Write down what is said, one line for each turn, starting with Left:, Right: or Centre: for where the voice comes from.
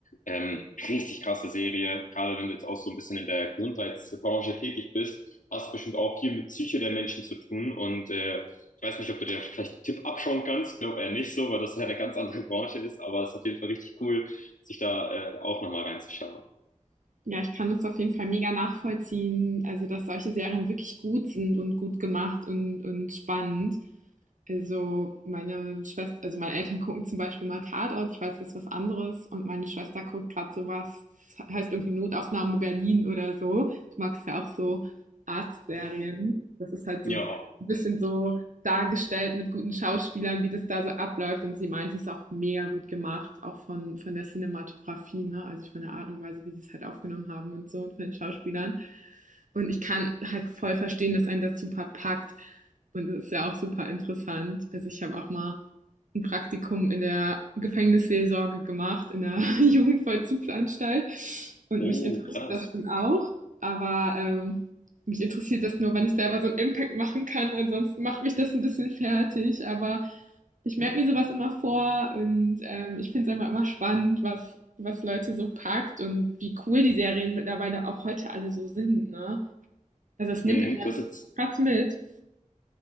Left: Ähm, richtig krasse Serie, gerade wenn du jetzt auch so ein bisschen in der Gesundheitsbranche tätig bist, hast du bestimmt auch viel mit Psyche der Menschen zu tun und äh, ich weiß nicht, ob du dir vielleicht einen Tipp abschauen kannst, glaube eher nicht so, weil das ja eine ganz andere Branche ist, aber es ist auf jeden Fall richtig cool, sich da äh, auch nochmal reinzuschauen.
Right: Ja, ich kann das auf jeden Fall mega nachvollziehen, also dass solche Serien wirklich gut sind und gut gemacht und, und spannend. Also, meine Schwester also, meine Eltern gucken zum Beispiel mal Tatort, ich weiß, das ist was anderes und meine Schwester guckt gerade so was, das heißt irgendwie Notaufnahme Berlin oder so. Du magst ja auch so Arztserien. Das ist halt
Left: Ja,
Right: so ein bisschen so dargestellt mit guten Schauspielern, wie das da so abläuft und sie meint es ist auch mega gut gemacht, auch von von der Cinematografie, ne, also, von der Art und Weise, wie sie es halt aufgenommen haben und so und von den Schauspielern. Und ich kann halt voll verstehen, dass einen das super packt. Und das ist ja auch super interessant. Also ich habe auch mal ein Praktikum in der Gefängnisseelsorge gemacht, in der <laughs> Jugendvollzugsanstalt. Und
Left: oh,
Right: mich interessiert
Left: krass.
Right: das schon auch. Aber ähm, mich interessiert das nur, wenn ich selber so einen Impact machen kann. Ansonsten macht mich das ein bisschen fertig. Aber ich merke mir sowas immer vor und ähm, ich finde es einfach immer spannend, was, was Leute so packt und wie cool die Serien mittlerweile auch heute alle so sind. Ne? Also es
Left: Mhm.
Right: nimmt einen ja
Left: Du hast jetzt,
Right: krass mit.